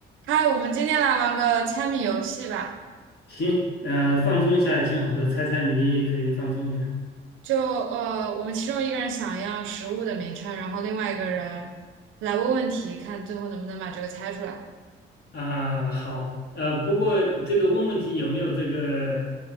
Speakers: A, on the right; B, on the left.
A: 嗨，我们今天来玩个猜谜游戏吧。
B: 行，呃，放松一下也挺好的，猜猜谜可以放松一下
A: 就呃，我们其中一个人想要食物的名称，然后另外一个人来问问题，看最后能不能把这个猜出来，
B: 啊。好，呃，不过这个问问题有没有这个